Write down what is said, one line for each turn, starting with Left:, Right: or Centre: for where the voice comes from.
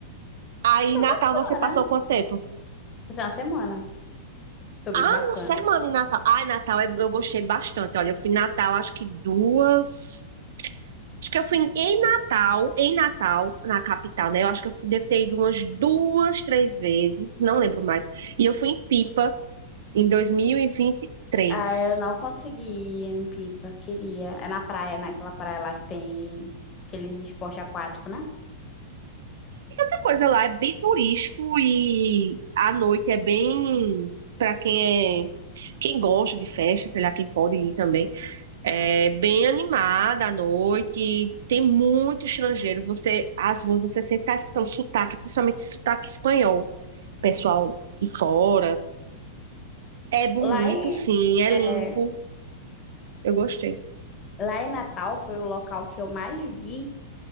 Right: Aí,
Left: foi
Right: Natal,
Left: bacana.
Right: você passou quanto tempo?
Left: Foi uma semana. Foi muito
Right: Ah,
Left: bacana.
Right: uma semana em Natal. Ai, Natal eu eu gostei bastante. Olha, eu fui em Natal, acho que duas. Acho que eu fui em Natal, em Natal, na capital, né? Eu acho que eu fui- devo ter ido umas duas, três vezes, não lembro mais. E eu fui em Pipa em dois mil e e vinte e três.
Left: Ah, eu não consegui ir em Pipa, queria. É na praia, né? Aquela praia lá que tem aqueles esporte aquático, né?
Right: A coisa lá é bem turístico e à noite é bem para quem é, quem gosta de festa, sei lá, quem pode ir também. É bem animada à noite, tem muito estrangeiro. Você, às ruas, você sempre tá escutando sotaque, principalmente sotaque espanhol, pessoal de fora. É bonito,
Left: Lá em,
Right: sim, é
Left: é,
Right: limpo. Eu gostei.
Left: lá em Natal foi o local que eu mais vi